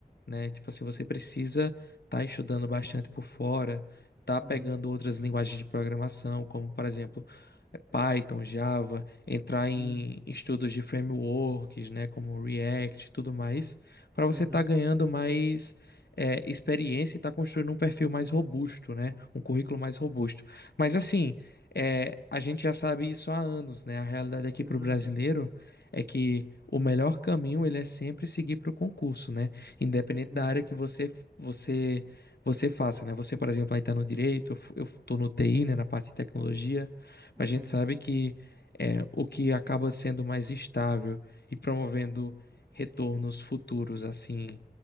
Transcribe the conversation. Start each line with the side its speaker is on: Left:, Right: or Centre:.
Left: né? Tipo assim, você precisa estar estudando bastante por fora, tá
Right: Uhum,
Left: pegando outras linguagens de programação, como por exemplo, eh, Python, Java, entrar em
Right: uhum,
Left: estudos de frameworks, né? Como React e tudo mais, para você
Right: uhum,
Left: estar ganhando mais eh, experiência e estar construindo um perfil mais robusto, né? Um currículo mais robusto. Mas assim, eh, a gente já sabe isso há anos, né? A realidade aqui
Right: uhum.
Left: para o brasileiro é que o melhor caminho ele é sempre seguir para o concurso, né? Independente
Right: Sim,
Left: da
Right: sim.
Left: área que você você você faça, né? Você, por exemplo, aí está no direito, eu f- eu tô no TI, né, na parte de tecnologia, mas
Right: Sim,
Left: a gente sabe que é, o que acaba sendo mais estável e promovendo retornos futuros assim